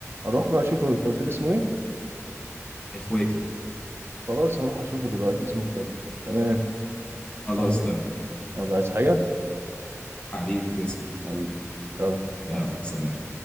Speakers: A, on the right; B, on the left.
A: اروح بقى اشوفه انت قلت لي اسمه ايه
B: اخواتي
A: خلاص هروح اشوفه دلوقتي اسمه اخواتي تمام
B: خلاص
A: يلا
B: تمام
A: يلا عايز حاجة
B: حبيبي تسلم
A: حبيبي يلا
B: يلا
A: مع السلامة
B: سلام